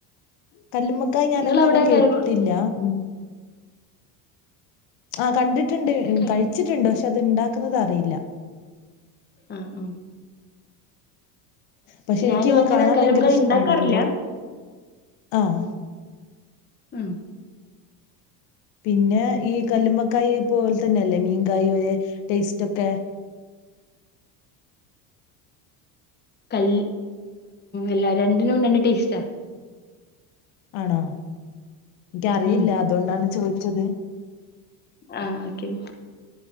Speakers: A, on the left; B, on the left.
A: കല്ലുമ്മക്കായ ഞാനങ്ങനെ
B: നിങ്ങളവിടെ
A: കേട്ടിട്ടില്ല
B: കലം
A: ഉം ആ കണ്ടിട്ട് ണ്ട്
B: കൽ
A: കഴിച്ചിട്ടുണ്ട് പക്ഷെ അത്ണ്ടാക്കുന്നത് അറിയില്ല
B: ആ ആ
A: പക്ഷെ
B: ഞാനും
A: എനിക്ക് ഇത്
B: അങ്ങനെ
A: കാണാൻ
B: കല്ലുമക്കായ
A: ഭയങ്കര ഇഷ്ടാണ്
B: ഇണ്ടാക്കാറില്ല
A: അതിന്റെ ഒരു ആഹ്
B: മ്
A: പിന്നെ ഈ കല്ലുമക്കായെ പോലെ തന്നെല്ലേ മീൻകായോയെ ടേസ്റ്റ് ഒക്കെ
B: കൽ എല്ലാ രണ്ടിനും രണ്ട് ടേസ്റ്റാ
A: ആണോ എനിക്കറിയില്ല
B: ഉം
A: അതുകൊണ്ടാണ് ചോദി ച്ചത്
B: ആഹ് ഓക്കെ